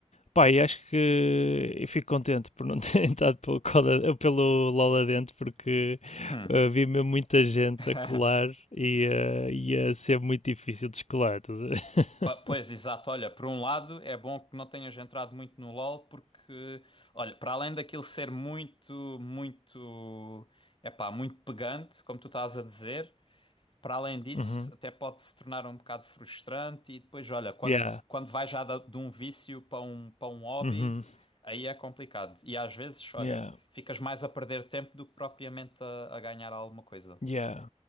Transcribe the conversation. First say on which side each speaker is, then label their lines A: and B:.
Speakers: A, on the left; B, on the left.
A: Pá, e acho que eu fico contente por não ter <laughs> entrado pelo, Coda, pelo LOL adentro, porque
B: Hum.
A: eh, vi mesmo muita gente
B: <laughs>
A: a colar e eh, ia ser muito difícil de descolar. Estás a ver? <laughs>
B: Ah, Pois, exato. Olha, por um lado é bom que não tenhas entrado muito no LoL porque, olha, para além daquilo ser muito, muito, é pá, muito pegante, como tu estás a dizer, Para além disso,
A: Uhum.
B: até pode se tornar um bocado frustrante e depois, olha, quando,
A: Yeah.
B: quando vai já da- de um vício para um, para um hobby,
A: Uhum.
B: aí é complicado. E às vezes, olha,
A: Yeah.
B: ficas mais a perder tempo do que propriamente a, a ganhar alguma coisa.
A: Yeah.